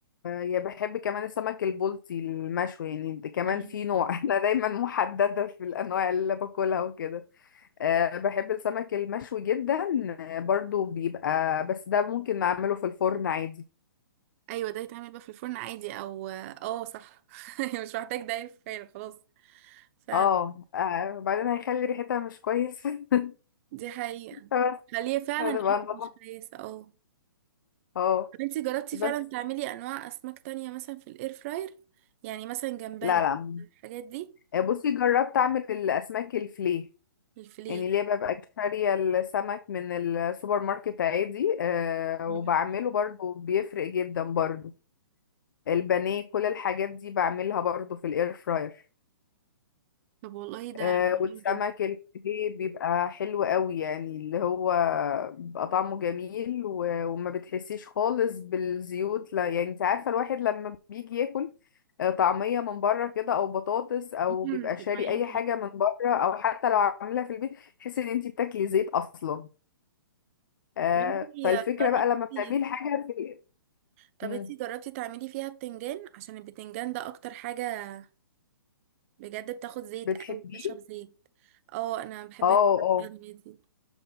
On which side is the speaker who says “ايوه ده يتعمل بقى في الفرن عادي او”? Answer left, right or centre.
Right